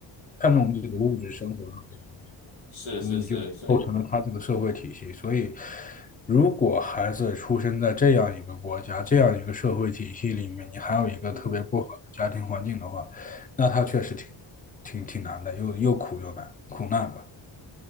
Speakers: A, on the left; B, on the left.
A: 看重这个物质生活上的一面，
B: 是是是，
A: 所以就构成了他这个社会体系。
B: 所以
A: 所以，如果孩子出生在这样一个国家、这样一个社会体系里面，你还有一个特别不好的家庭环境的话，
B: 嗯哼。
A: 那他确实挺挺挺难的，又又苦又难，苦难吧。